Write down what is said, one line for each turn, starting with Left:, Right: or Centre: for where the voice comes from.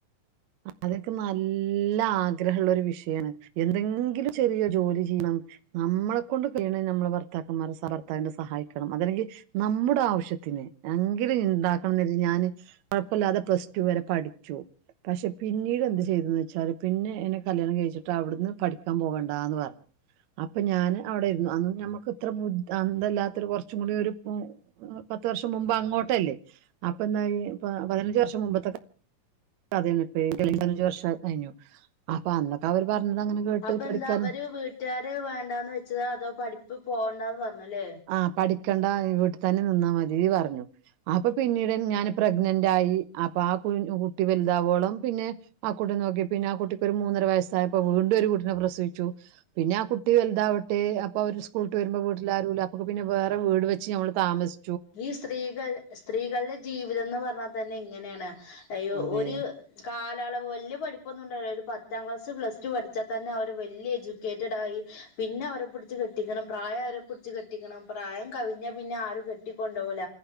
Right: അതൊക്കെ നല്ല ആഗ്രഹം ഉള്ളൊരു വിഷയാണ് എന്തെങ്കിലും ചെറിയ ജോലി ചെയ്യണം നമ്മളെ കൊണ്ട് കഴിയണ നമ്മള് ഭർത്താക്കന്മാരെ ഭർത്താവിനെ സഹായിക്കണം അതല്ലെങ്കിൽ ന്നമ്മുടെ ആവശ്യത്തിന് എങ്കിലും ഇണ്ടാക്കണം എന്ന് കരുതി ഞാന് കൊഴപ്പവില്ലാതെ പ്ലസ് ടു വരെ പഠിച്ചു പക്ഷെ പിന്നീട് എന്ത് ചെയ്തൂന്ന് വെച്ചാൽ പിന്നെ എന്നെ കല്യാണം കഴിച്ചിട്ട് അവിടുന്ന് പഠിക്കാൻ പോകണ്ടാന്ന് പറഞ്ഞു അപ്പൊ ഞാന് അവിടെ ഇരുന്നു അന്ന് ഞമ്മക്ക് ഇത്ര ബു അന്തവില്ലാത്തൊരു കൊറച്ചും കൂടി ഒരു പോ പത്ത് വർഷം മുമ്പ് അങ്ങോട്ടല്ലേ അപ്പ എന്തായി പതിനഞ്ച് വർഷം മുമ്പത്തെ കഥയാണ് ഇപ്പ പതിനഞ്ച് വർഷം കഴിഞ്ഞു അപ്പൊ അന്നൊക്കെ അവര് പറഞ്ഞത് അങ്ങനെ കേട്ട്
Left: അപ്പൊ
Right: പഠിക്കാൻ
Left: എന്താ അവര് വീട്ടുകാര് വേണ്ടാന്ന് വെച്ചതാ അതോ പഠിപ്പ് പോവണ്ടാന്ന് പറഞ്ഞു അല്ലേ
Right: ആഹ് പഠിക്കണ്ടാ വീട്ടിൽ തന്നെ നിന്നാ മതി പറഞ്ഞു അപ്പൊ പിന്നീട് ഞാൻ പ്രഗ്നന്റ് ആയി അപ്പൊ ആ കു കുട്ടി വലുതാവോളം പിന്നെ ആഹ് കുട്ടീനെ നോക്കി പിന്നെ ആ കുട്ടിക്ക് ഒരു മൂന്നര വയസ്സായപ്പോ വീണ്ടും ഒരു കുട്ടീനെ പ്രസവിച്ചു പിന്നെ ആ കുട്ടി വലുതാവട്ടെ അപ്പൊ അവര് സ്കൂള് വിട്ട് വരുമ്പോ വീട്ടില് ആരുവില്ല അപ്പ പിന്നെ വേറെ വീട് വെച്ച് നമ്മൾ താമസി
Left: ഈ സ്ത്രീകൾ സ്ത്രീകളുടെ ജീവിതം എന്ന് പറഞ്ഞാൽ തന്നെ ഇങ്ങനെയാണ് അയ്യൊ
Right: അതെ
Left: ഒരു കാലളവ് വല്യ പഠിപ്പൊന്നും ഉണ്ടാവില്ല ഒരു പത്താം ക്ലാസ് പ്ലസ് ടു പഠിച്ചാൽ തന്നെ അവര് വല്യ എജു ക്കേറ്റടായി പിന്നെ അവരെ പിടിച്ച് കെട്ടിക്കണം പ്രായം ആയാ അവരെ പിടിച്ച് കെട്ടിക്കണം പ്രായം കവിഞ്ഞാ പിന്നെ ആരും കെ ട്ടി കൊണ്ടുപോവൂല